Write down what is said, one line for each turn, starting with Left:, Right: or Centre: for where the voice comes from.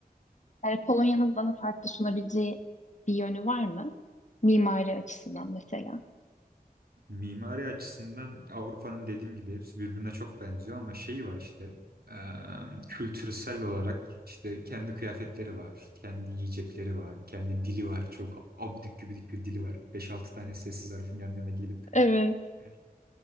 Left: yani Polonya'nın bana farklı sunabileceği bir yönü var mı? Mimari açısından mesela.
Right: Mimari açısından Avrupa'nın dediğim gibi hepsi birbirine çok benziyor ama şeyi var işte e, kültürsel olarak işte kendi kıyafetleri var, kendi yiyecekleri var, kendi dili var. Çok abidik gübidik bir dili var. beş altı tane sessiz harfin yan yana gelip
Left: Evet.
Right: e,